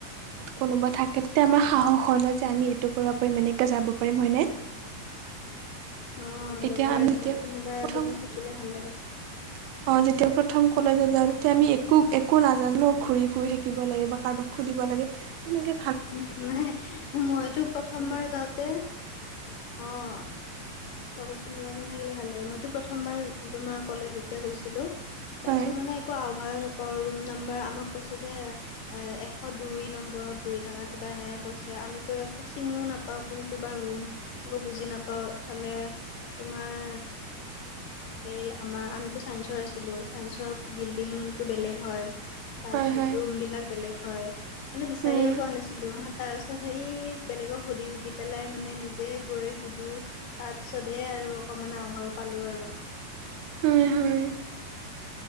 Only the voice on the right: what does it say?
কোনোবা থাকে তেতিয়া আমাৰ সাহস হয় লয় যে আমি এইটো কৰিব পাৰিম এনেকে যাব পাৰিম হয়নে।
এতিয়া
আমি
যেতিয়া
প্ৰথম
<inaudible> অ', যেতিয়া প্ৰথম কলেজত যাওঁ তেতিয়া আমি একো একো নাজানো ঘূৰি ফুৰি থাকিব লাগে বা কাৰোবাক সুধিব লাগে। এনেকে
হয়
হয়
হয়
উম
হয়, হয়।